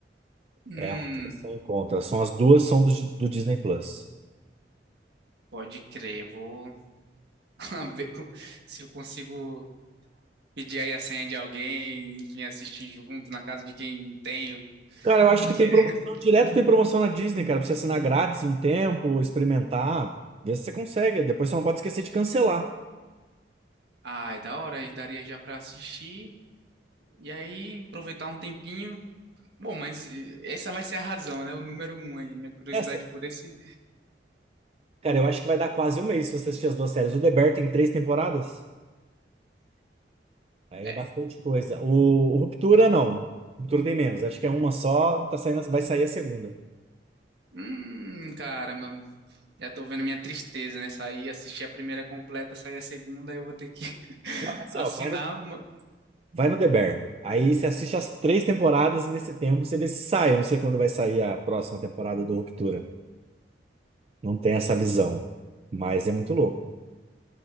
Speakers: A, on the right; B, on the right.
A: Hum,
B: É onde você encontra. São as duas são do, do Disney Plus.
A: pode crer, vou. <laughs> ver se eu consigo pedir aí a senha de alguém, enfim, assistir junto na casa de quem tem,
B: Cara, eu acho
A: porque
B: que tem promoção,
A: <laughs>
B: direto tem promoção na Disney, cara, pra você assinar grátis um tempo, experimentar, ver se você consegue. Depois você não pode esquecer de cancelar.
A: ah, é da hora e daria já pra assistir e aí aproveitar um tempinho. Bom, mas eh, essa vai ser a razão, né? O número um aí, a minha curiosidade
B: Essa,
A: por esse
B: cara, eu acho que vai dar quase um mês se você assistir as duas séries. O The Bear tem três temporadas, aí
A: é.
B: é bastante coisa. O, o Ruptura, não. Ruptura tem menos, acho que é uma só, tá saindo, vai sair a segunda.
A: Hum, caramba. Já tô vendo a minha tristeza, né? Sair, assistir a primeira completa, sair a segunda, eu vou ter que <laughs>
B: Assim,
A: assinar.
B: ó, vai no
A: ma-
B: Vai no The Bear. Aí você assiste as três temporadas e nesse tempo você vê se sai. Eu não sei quando vai sair a próxima temporada do Ruptura. Não tem essa visão. Mas é muito louco.